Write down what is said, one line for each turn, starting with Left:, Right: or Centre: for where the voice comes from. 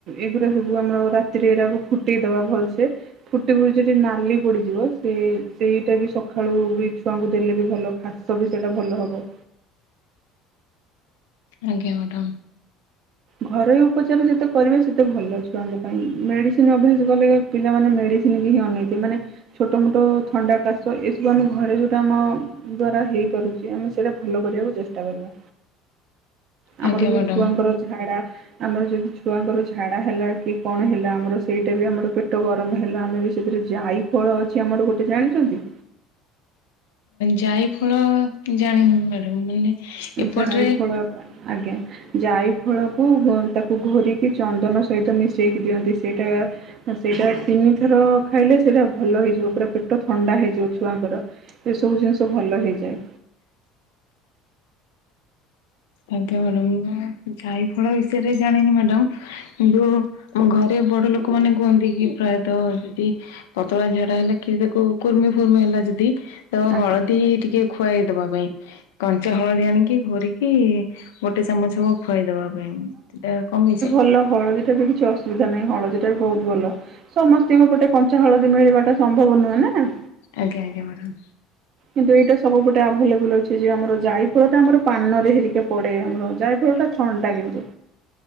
Right: ଏଗୁଡା ସବୁ ଆମର ସେଥିରେ ତାକୁ ଫୁଟେଇଦବା ଭଲସେ। ଫୁଟି ଫୁଟି ସେଠି ନାଲି ପଡିଯିବ ସେ ସେଇଟା ବି ସକାଳୁ ବି ଛୁଆଙ୍କୁ ଦେଲେ ବି ଭଲ ଖାସ ବି ସେଇଟା ଭଲ ହେବ।
Left: ଆଜ୍ଞା ମ୍ୟାଡ଼ାମ୍।
Right: ଘରୋଇ ଉପଚାର ଯେତେ କରିବେ ସେତେ ଭଲ ଛୁଆଙ୍କ ପାଇଁ ମେଡିସିନ ଅଭ୍ୟାସ କଲେ ପିଲାମାନେେ ମେଡିସିନ୍ କି ହିଁ ଅନେଇେବେ ମାନେ ଛୋଟମୋଟ ଥଣ୍ଡା କାଶ ଏସବୁ ଆମ ଘରେ ଯେଉଁଟା ଆମ ଦ୍ଵାରା ହେଇପାରୁଛି ଆମେ ସେଇଟା ଭଲ କରିବାକୁ ଚେଷ୍ଟା କରିବା ଆମର
Left: ଆଜ୍ଞା
Right: ବି
Left: ମ୍ୟାଡ଼ାମ
Right: ଛୁଆଙ୍କର ଝାଡା ଆମର ଯଦି ଛୁଆଙ୍କର ଝାଡା ହେଲା କି କଣ ହେଲା ଆମର ସେଇଟା ବି ଆମର ପେଟ ଗରମ ହେଲା ଆମେ ବି ସେଥିରେ ଯାଇ ଫଳ ଅଛି ଆମର ଗୋଟେ ଜାଣିଛନ୍ତି
Left: ଯାଇ ଫଳ ଜାଣିନି ମ୍ୟାଡ଼ାମ୍ ମାନେ ଏପଟରେ
Right: ଜାଇ ଫଳ ଆଜ୍ଞା ଜାଇ ଫଳକୁ ହୁଅ ତାକୁ ଘୋରିକି ଚନ୍ଦନ ସହିତ ମିଶାଇକି ଦିଅନ୍ତି ସେଇଟା ଆଉ ସେଇଟା ତିନିଥର ଖାଇଲେ ସେଇଟା ଭଲ ହେଇଯିବ ପୁରା ପେ ପୋଟ ଥଣ୍ଡା ହେଇଯିବ ଛୁଆଙ୍କର ଏସବୁ ଜିନିଷ ଭଲ ହେଇଯାଏ।
Left: ଆଜ୍ଞା ମ୍ୟାଡାମ୍ ମୁଁ ଯାଇ ଫଳ ବିଷୟରେ ଜାଣିନି ମ୍ୟାଡମ୍ <unintelligible> କିନ୍ତୁ ଆମ ଘରେ ବଡ ଲୋକ ମାନେ କୁହନ୍ତି କି ପ୍ରାୟତଃ ଯଦି ପତଳା ଝାଡା ହେଲେ କି ତାକୁ କୁର୍ମି ଫୁର୍ମି ହେଲା ଯଦି ତ
Right: ଆଜ୍ଞା
Left: ହଳଦୀ ଟିକେ ଖୁଆଇଦବା ପାଇଁ କଞ୍ଚା ହଳଦୀ ଆଣିକି ଘୋରିକି କି ଗୋଟେ ଚାମଚ ହବ ଖୁଆଇଦବା ପାଇଁ ସେଟା କମିଯାଏ।
Right: ହେଲେ ହଳଦୀ ସେଥିରେ କିଛି ଅସୁବିଧା ନାହିଁ ହଳଦୀ ଟା ବି ବହୁତ୍ ଭଲ। ସମସ୍ତଙ୍କ ପଟେ କଞ୍ଚା ହଳଦୀ ମିଳିବା ଟା ସମ୍ଭବ ନୁହେଁ ନା
Left: ଆଜ୍ଞା ଆଜ୍ଞା ମ୍ୟାଡ଼ମ।
Right: କିନ୍ତୁ ଏଇଟା ସବୁପଟେ ଆଭେଲେବୁଲ ଅଛି ଯେ ଆମର ଯାଇ ଫଳଟା ଆମର ପାନରେ ହେରିକେ ପଡେ ଆମର ଯାଇଫଳଟା ଥଣ୍ଡା ଟା କିନ୍ତୁ